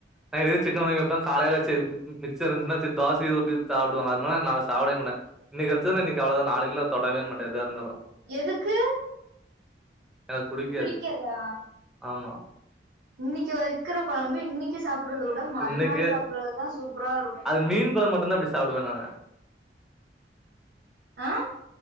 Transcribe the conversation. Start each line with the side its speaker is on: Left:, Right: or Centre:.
Centre: நா இதே சிக்கன் வாங்கிப்ப காலையில ம மிச்ச இருந்துச்சுனா தோச உத்தி சாப்படுவாங்க அதே மாதி நா சாப்டே தின்னமாட்ட இன்னைக்கு வச்சுன்ன அவ்வளவுதா நாளைக்கு தொடவே மாட்டே எதா இருந்தாலு
Right: எதுக்கு
Centre: எனக்கு புடிக்காது
Right: பிடிக்காதா
Centre: ஆமா
Right: இன்னைக்கு வைக்கிற கொழம்பு இன்னைக்கு சாப் சாப்புறத விட மறுநாள்
Centre: இன்னைக்கு
Right: சாப்படுறதுதா சூப்பரா இருக்கு
Centre: அது மீன் கொழம்பு மட்டும்தான் அப்டி சாப்டுவேன் நானு.
Right: ஆ